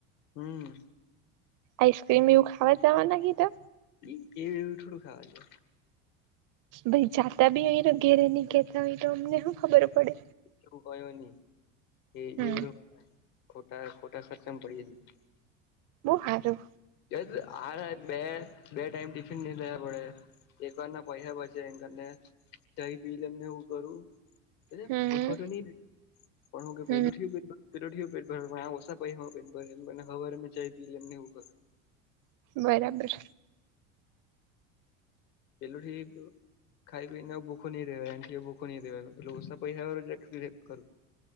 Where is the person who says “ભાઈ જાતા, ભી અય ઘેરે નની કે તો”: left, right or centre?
Right